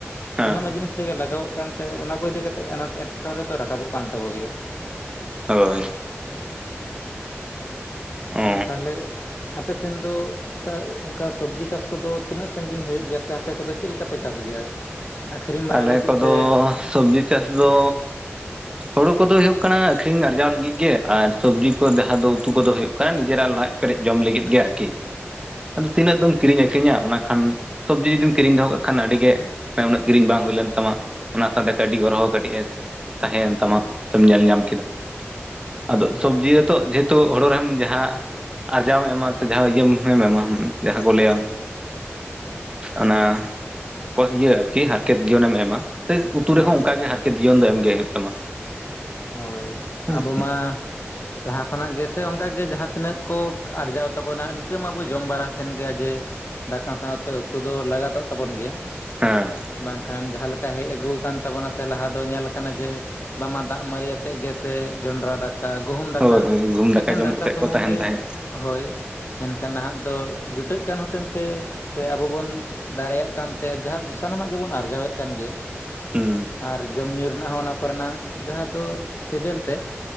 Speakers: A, on the right; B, on the left.
A: ᱦᱮᱸ
B: ᱥᱟᱱᱟᱢᱟᱜ ᱡᱤᱱᱤᱥ ᱨᱮᱜᱮ ᱞᱟᱜᱟᱣᱚᱜ ᱠᱟᱱᱛᱮ ᱚᱱᱟ ᱠᱚ ᱤᱫᱤ ᱠᱟᱛᱮᱫ ᱟᱱᱟᱴ ᱮᱴᱠᱮᱴᱚᱬᱮ ᱫᱚ ᱨᱟᱠᱟᱵᱚᱜ ᱠᱟᱱ ᱛᱟᱠᱚ ᱜᱮᱭᱟ
A: ᱦᱳᱭ ᱚ
B: ᱟᱨ ᱛᱟᱦᱚᱞᱮ ᱟᱯᱮ ᱥᱮᱱ ᱫᱚ <unintelligible> ᱚᱱᱠᱟ ᱥᱚᱵᱽᱡᱤ ᱪᱟᱥ ᱠᱚᱫᱚ ᱛᱤᱱᱟᱹᱜ ᱥᱟᱺᱜᱤᱧ ᱦᱩᱭᱩᱜ ᱜᱮᱭᱟ ᱥᱮ ᱟᱯᱮ ᱠᱚᱫᱚ ᱪᱮᱜ ᱞᱮᱠᱟᱯᱮ ᱪᱟᱥ ᱜᱮᱭᱟ ᱟᱹᱠᱷᱨᱤᱧ ᱵᱟᱲᱟ
A: ᱟᱞᱮ
B: ᱞᱟᱹᱜᱤᱫ
A: ᱠᱚᱫᱚ
B: ᱥᱮ
A: ᱥᱚᱵᱽᱡᱤ ᱪᱟᱥ ᱫᱚ ᱦᱳᱲᱳ ᱠᱚᱫᱚ ᱦᱩᱭᱩᱜ ᱠᱟᱱᱟ ᱟᱹᱷᱨᱤᱧ ᱟᱨᱡᱟᱣ ᱞᱟᱹᱜᱤᱫ ᱜᱮ ᱟᱨ ᱥᱚᱵᱽᱡᱤ ᱠᱚ ᱡᱟᱦᱟᱸ ᱫᱚ ᱩᱛᱩ ᱠᱚᱫᱚ ᱦᱩᱭᱩᱜ ᱠᱟᱱᱟ ᱱᱤᱡᱮᱨᱟᱜ ᱞᱟᱡ ᱠᱟᱹᱴᱤᱡ ᱡᱚᱢ ᱞᱟᱹᱜᱤᱫ ᱜᱮ ᱟᱨᱠᱤ
B: <inaudible>
A: ᱟᱫᱚ ᱛᱤᱱᱟᱹᱜ ᱫᱚᱢ ᱠᱤᱨᱤᱧ ᱟᱠᱷᱨᱤᱧᱟ ᱚᱱᱟ ᱠᱷᱟᱱ ᱥᱚᱵᱽᱡᱤ ᱡᱩᱫᱤᱢ ᱠᱤᱨᱤᱧ ᱫᱚᱦᱚ ᱠᱟᱜ ᱠᱷᱟᱱ ᱟᱹᱰᱤ ᱜᱮ ᱠᱤᱨᱤᱧ ᱵᱟᱝ ᱦᱩᱭ ᱞᱮᱱ ᱛᱟᱢᱟ ᱚᱱᱟ ᱥᱟᱶᱛᱮ ᱠᱟᱰᱤ ᱜᱚᱨ ᱦᱚᱸ ᱠᱟᱹᱴᱤᱡ ᱮ ᱛᱟᱦᱮᱸᱭᱮᱱ ᱛᱟᱢᱟ ᱥᱮᱢ ᱧᱮᱞ ᱧᱟᱢ ᱠᱮᱫᱟ
B: ᱦᱳᱭ
A: ᱟᱫᱚ ᱥᱚᱵᱽᱡᱤ
B: ᱦᱳᱭ
A: ᱨᱮ ᱛᱚᱜ ᱡᱮᱦᱮᱛᱩ ᱦᱳᱲᱳ ᱨᱮᱢ ᱡᱟᱦᱟᱸ ᱟᱨᱡᱟᱣ ᱮᱢ ᱮᱢᱟ ᱥᱮ ᱡᱟᱦᱟᱸ ᱤᱭᱟᱹᱢ ᱮᱢᱟ ᱡᱟᱦᱟᱸ ᱠᱚ ᱞᱟᱹᱭᱟ ᱚᱱᱟ ᱠᱚ ᱤᱭᱟᱹ <unintelligible> ᱦᱟᱨᱠᱮᱛ ᱡᱤᱭᱚᱱᱮᱢ ᱮᱢᱟ ᱥᱮ ᱩᱛᱩ ᱨᱮᱦᱚᱸ
B: ᱦᱳᱭ
A: ᱚᱱᱠᱟᱜᱮ ᱦᱟᱨᱠᱮᱛ ᱡᱤᱭᱚᱱ ᱫᱚ ᱮᱢᱜᱮ ᱦᱩᱭᱩᱜ ᱛᱟᱢᱟ
B: ᱦᱚᱭ
A: ᱦᱮᱸ
B: ᱟᱵᱚ ᱢᱟ ᱞᱟᱦᱟ ᱠᱷᱚᱱᱟᱜ ᱜᱮᱥᱮ ᱚᱱᱠᱟ ᱜᱮ ᱡᱟᱦᱟᱸ ᱛᱤᱱᱟᱹᱜ ᱠᱚ ᱟᱨᱡᱟᱣ ᱛᱟᱵᱚᱱᱟ ᱤᱱᱠᱟᱹ ᱢᱟᱵᱚ ᱡᱚᱢ ᱵᱟᱲᱟ ᱛᱷᱮᱱ ᱜᱮᱭᱟ ᱡᱮ ᱫᱟᱠᱟ ᱥᱟᱶᱛᱮ ᱩᱛᱩ ᱫᱚ ᱞᱟᱜᱟᱛᱚᱜ ᱛᱟᱵᱚᱱ ᱜᱮᱭᱟ
A: ᱦᱮᱸ
B: ᱵᱟᱝᱠᱷᱟᱱ ᱡᱟᱦᱟᱸ ᱞᱮᱠᱟ ᱦᱮᱡ ᱟᱹᱜᱩ ᱠᱟᱱ ᱛᱟᱵᱚᱱᱟ ᱥᱮ ᱞᱟᱦᱟ ᱫᱚ ᱧᱮᱞ ᱟᱠᱟᱱᱟ ᱡᱮ ᱵᱟᱝ ᱢᱟ ᱫᱟᱜ ᱢᱟᱹᱨᱤ ᱟᱛᱮᱫ ᱜᱮᱥᱮ ᱡᱚᱸᱰᱨᱟ ᱫᱟᱠ ᱠᱟ ᱜᱩᱦᱩᱢ ᱫᱟᱠᱟ
A: ᱦᱳᱭ ᱦᱳᱭ ᱜᱩᱦᱩᱢ
B: ᱮᱠᱮᱱ
A: ᱡᱚᱢ
B: ᱫᱟᱠᱟ
A: ᱠᱟᱛᱮᱫ
B: ᱥᱩᱢᱩᱝ
A: ᱠᱚ ᱛᱟᱦᱮᱱ
B: ᱜᱮ
A: ᱛᱟᱦᱮᱸᱫ
B: ᱦᱚᱭ ᱢᱮᱱᱠᱷᱟᱱ ᱱᱟᱦᱟᱜ ᱫᱚ ᱡᱩᱴᱟᱹᱜ ᱠᱟᱱ ᱦᱚᱛᱮᱱ ᱛᱮ ᱛᱮ ᱟᱵᱚ ᱵᱚᱱ ᱫᱟᱨᱮᱭᱟᱜ ᱠᱟᱱᱛᱮ ᱡᱟᱦᱟᱸ ᱥᱟᱱᱟᱢᱟᱜ ᱜᱮᱵᱚᱱ ᱟᱨᱡᱟᱣᱮᱜ ᱠᱟᱱ ᱜᱮᱭᱟ
A: ᱦᱩᱸ
B: ᱟᱨ ᱡᱚᱢᱧᱩ ᱨᱮᱱᱟᱜ ᱦᱚᱸ ᱚᱱᱟ ᱠᱚᱨᱮᱱᱟᱜ ᱡᱟᱦᱟᱸ ᱫᱚ ᱥᱮᱵᱮᱞ ᱛᱮᱜ